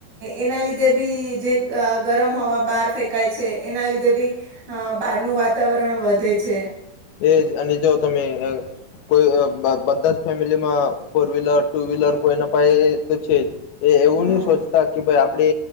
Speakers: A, on the right; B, on the left.
A: એના લીધે બી જે ગરમ હવા બહાર ફેંકાય છે, એના લીધે બી બહારનું અ વાતાવરણ વધે છે.
B: એજ અને જોઓ તમે અ કોઈ બ બધા અ જ ફેમિલીમાં ફોર વ્હીલર, ટુ વ્હીલર કોઈ ના પાય તો છે જ. એ એવું
A: હમ
B: ની સોચતા કે ભાઈ આપ આપણે